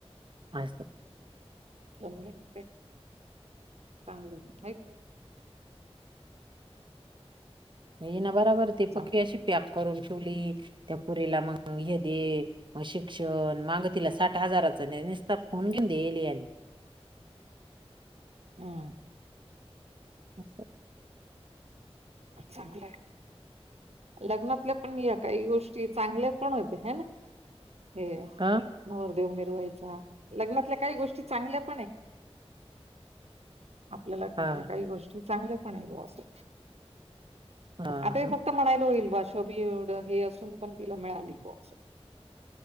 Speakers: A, on the right; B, on the right.
A: Hi sir.
B: चांगलं हाय काय चांगलंय, हाय काय?
A: येणा भराभर ती
B: चांगलं.
A: पक्की अशी पॅक करून त्या पोरीला मग हे दे, शिक्षण मग तिला साठ हजारच संपून द्यायलीय.
B: हम्
A: अस
B: चांगलंय. लग्नातले पण या काही गोष्टी चांगल्या पण होते. ह ना. हे.
A: हा
B: नवरदेव मिरवायचा. लग्नातल्या काही गोष्टी चांगल्या पण आहे आपल्या लग्नातल्या
A: हा.
B: काही गोष्टी चांगल्या पण आहे. हो. असं
A: हा.
B: आता हे फक्त म्हणायला होईल, बाज शबी हे असून पण तिला मिळाली ग. अस.